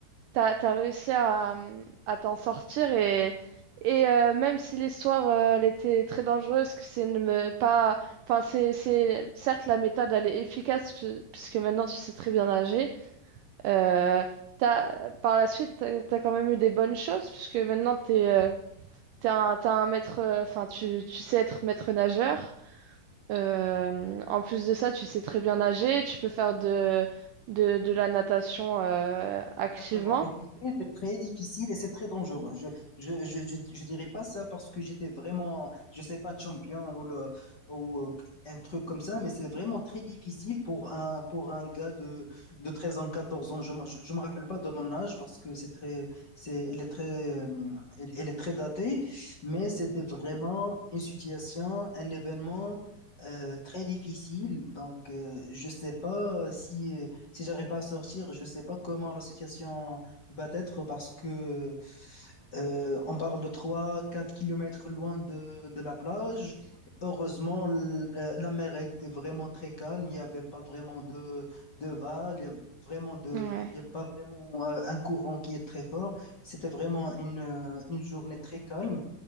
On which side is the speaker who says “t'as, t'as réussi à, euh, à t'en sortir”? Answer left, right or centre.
Right